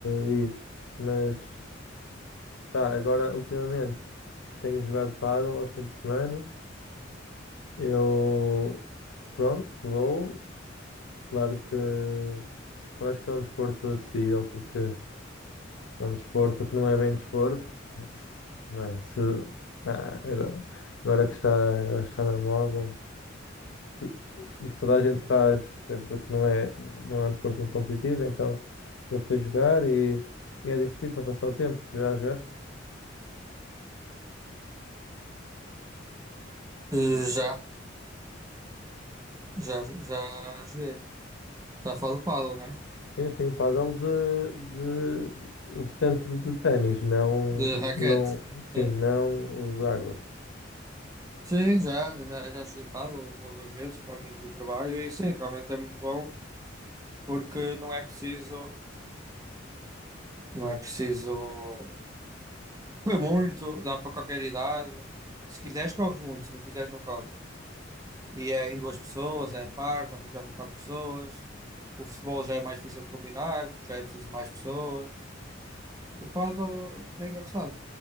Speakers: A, on the left (about 85°); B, on the right (about 20°).
A: de ir. Mas pá, agora ultimamente tenho jogado pádel aos fins de semana, eu pronto, vou, claro que eu acho que é um desporto acessível porque É um desporto que não é bem desporto, não é? Se, ah, agora, agora que está, agora está na moda, se, se toda a gente faz é porque não é, não é um desporto muito competitivo, então eu fui jogar e, e é divertido para passar o tempo. Já jogaste?
B: Eh, Já, já, já joguei. Está a falar do paddle, né?
A: Sim, sim, pádel de, de vertente de, de ténis, não,
B: De raquete.
A: não, sim,
B: É.
A: não o de água,
B: Sim, já, já, já joguei paddle uma ou duas vezes com amigos do trabalho e sim, realmente é muito bom porque não é preciso, não é preciso correr muito, dá para qualquer idade. Se quiseres, corres muito, se não quiseres, não corres. E é em duas pessoas, é pares, dá para jogar com quatro pessoas. O futebol já é mais difícil de combinar porque já é preciso mais pessoas. O paddle é engraçado.